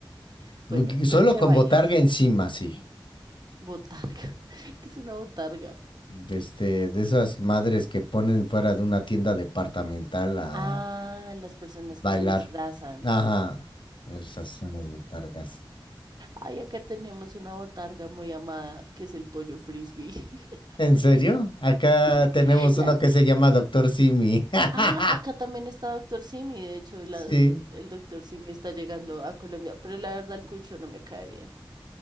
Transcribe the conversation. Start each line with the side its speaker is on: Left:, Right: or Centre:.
Right: Bueno,
Left: Porque Solo
Right: pero ¿qué
Left: con
Right: bailas?
Left: botarga encima, sí.
Right: Botarga. <laughs> ¿Qué es una botarga?
Left: De, este, de esas madres que ponen fuera de una tienda departamental a
Right: Ah, las personas
Left: bailar.
Right: que se disfrazan.
Left: Ajá. Esas son las botargas.
Right: Ay, acá tenemos una botarga muy amada, que es el pollo frisbee. <laughs>
Left: ¿En serio? Acá
Right: Sí.
Left: tenemos
Right: Y
Left: uno
Right: ahí-
Left: que se llama Doctor Simi. <laughs>
Right: Ah, acá también está Doctor Simi. De hecho, la-
Left: Sí.
Right: el, Doctor Simi está llegando a Colombia, pero la verdad el cucho no me cae bien.